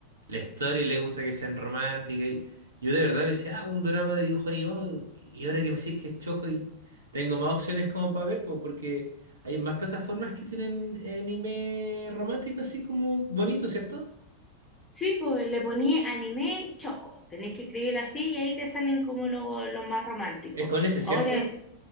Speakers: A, on the right; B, on the left.
A: La historia le gusta que sean románticas. Y yo de verdad decía, ah, un drama de dibujo animado. Y ahora que me decís que es chojo y tengo más opciones como para ver, pues, porque hay más plataformas que tienen eh, anime romántico así como bonito, ¿cierto?
B: Sí, pues le ponía anime chojo. Tenéis que escribirlo así y ahí te salen como los los más románticos.
A: Es con ese,
B: Ahora
A: ¿cierto?